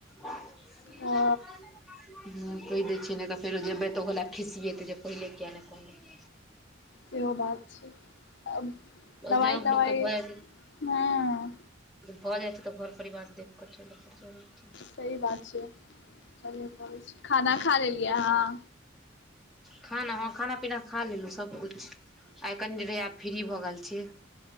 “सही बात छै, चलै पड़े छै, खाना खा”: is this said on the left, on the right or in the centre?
Left